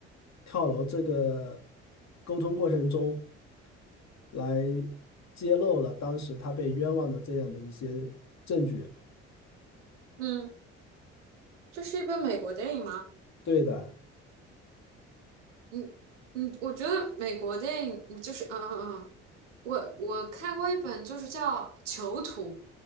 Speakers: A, on the left; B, on the right.
A: 跳楼这个沟通过程中来揭露了当时他被冤枉的这样的一些证据。
B: 嗯，这是一本美国电影吗？
A: 对的，
B: 嗯嗯，我觉得美国电影嗯就是嗯嗯嗯，我我看过一本就是叫《囚徒》，